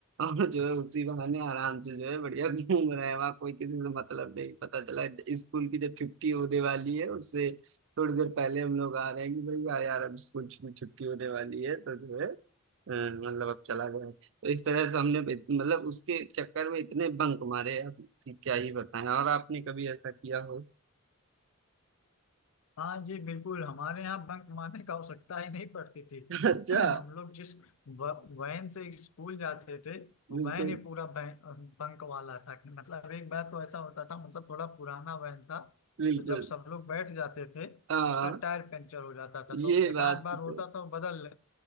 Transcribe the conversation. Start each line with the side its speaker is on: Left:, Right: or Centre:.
Right: और जो है उसी बहाने आराम से जो है बढ़िया घूम रहे हैं वहाँ कोई किसी से मतलब नहीं पता चला स्कूल की जब छुट्टी होने वाली है उससे थोड़ी देर पहले हम लोग आ रहे हैं कि भाई यार यार अब स्कूल की छुट्टी होने वाली है तो जो है अ, मतलब अब चला गया तो इस तरह से हमने बे- मतलब उसके चक्कर में इतने बंक मारे अब कि क्या ही बताएं और आपने कभी ऐसा किया हो
Left: हाँ जी बिल्कुल हमारे यहाँ बंक मारने का आवश्यकता ही नहीं पड़ती थी
Right: <laughs> अच्छा
Left: <clears throat> हम लोग जिस व- वैन से स्कूल जाते थे वो
Right: बिल्कुल
Left: वैन ही पूरा बैं- बंक वाला था कि मतलब एक बार तो ऐसा होता था मतलब थोड़ा पुराना वैन था
Right: बिल्कुल
Left: तो जब सब लोग बैठ जाते थे तो
Right: हाँ
Left: उसका टायर पंचर हो जाता था
Right: ये
Left: तो एक
Right: बात
Left: आध बार
Right: तो
Left: होता था बदल